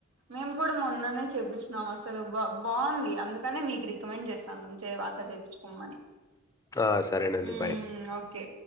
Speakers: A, on the right; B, on the left.
A: మేము కూడా మొన్ననే చేపించినాం అసలు బా బాగుంది అందుకనే మీకు రికమెండ్ చేస్తాన్నం చే అట్లా చేపిచ్చుకోమ్మని
B: ఆ! సరేనండి.
A: మ్
B: బాయ్.
A: ఓకే